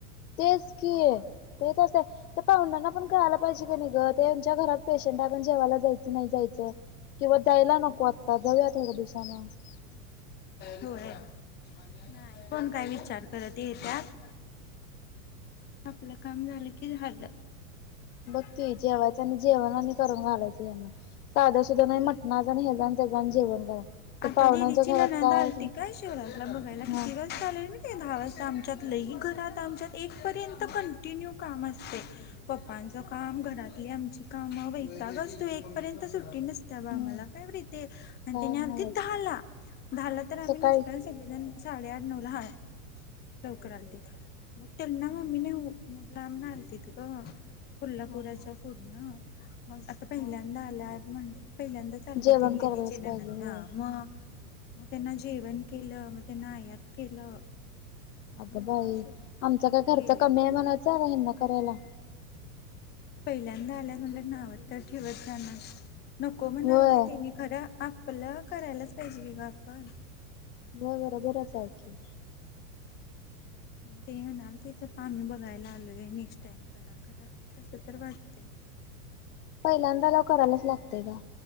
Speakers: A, on the left (about 75°); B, on the left (about 25°).
A: तेच की आहे ते तसं आहे तर पाहुडंना पण करायला पाहिजे का नाही गर त्यांच्या घरात पेशंट आपण जेवायला जायचं नाही जायचं किंवा जायला नको आत्ता जाऊयात एका दिवस स
B: हो नाही कोण काय विचार करत येत्यात आपलं काम झालं की झालं
A: बघ त जेवायचं आणि जेवण आणि करून घालायच साधं सुधा नाही म्हटणाचा आणि हे जाण ते जा जेवण करा ते
B: आता
A: पावण्यांच्या
B: दिदीची
A: घरात
B: ननंद
A: काय
B: आलती काय शिवराला बघायला किती
A: हा
B: वाज चालेल ते दहा वाजता आमच्यात लही घरात आमच्यात एक पर्यंत कंटिन्यू काम असते प्प मा काम घरातली आची काम वतागच तू एक पर्यंत सुट्टी नसता आम्हाला
A: हम्म
B: काय आणि
A: काय
B: त्यानी आती
A: हवंच
B: झाला झाला तर आम्ही
A: सकाळी
B: नसतोय सगळेजण साडेआठ नऊ ला हा लवकर आणतील मग त्यांना
A: हा
B: मम्मीने मग लांब ना आलती त ग कोल्हापुराच्या
A: हा
B: फूड नां अत पण
A: हा
B: इला <unintelligible> म्हण पहिल्यांदा चालते
A: जेवण
B: त दिदी
A: करायलाच
B: ची ननंद
A: पाहिजे होय
B: मग मग त्यांना जेवण केलं मग त्यांना आयात केलं
A: अगं
B: मग
A: बाई
B: शिवरात
A: आमचा
B: मग
A: काय खर्च
B: गेले
A: कमी आहे म्हणायचला व्यहीन करायला
B: पहिला आल्या म्ह नावं तर ठेवत जाणार नको म्हणाल
A: होय
B: ते त्यांनी खरां आपलं करायलाच पाहिजे की ग आपण.
A: बर बरोबरच आहे की.
B: ते म्हणालतीत तिथं आम्ही बघायला आलोय नेक्स्ट टाइम करा खरा कस तर वाटतय.
A: पहिल्यांदा लॉक करायलाच लागतय ग.